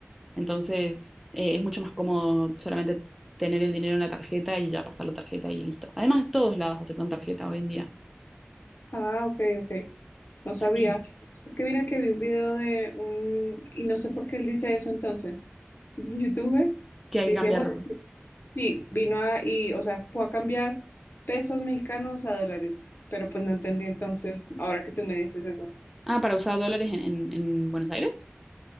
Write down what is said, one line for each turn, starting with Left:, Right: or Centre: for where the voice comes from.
Centre: Entonces, eh, es mucho más cómodo solamente tener el dinero en la tarjeta y ya pasar la tarjeta y listo. Además, todos lados aceptan tarjeta hoy en día.
Left: Ah, ok, ok. No
Centre: Sí.
Left: sabía. Es que mira que vi un video de un, y no sé por qué él dice eso entonces, <laughs> de un youtuber.
Centre: Que hay
Left: Y
Centre: que
Left: dice,
Centre: cambiar.
Left: bueno, sí, vino a, y, o sea, fue a cambiar pesos mexicanos a dólares. Pero pues no entendí entonces, ahora que tú me dices eso.
Centre: Ah, para usar dólares en, en- en Buenos Aires.